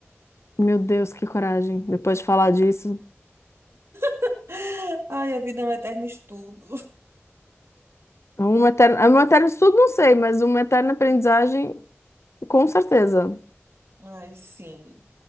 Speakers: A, on the left; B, on the right.
A: Meu Deus, que coragem. Depois de falar disso,
B: <laughs> Ai, a vida é um eterno estudo.
A: é uma eterna, é uma eterna estudo, não sei, mas uma eterna aprendizagem, com certeza.
B: <laughs> Ai, sim.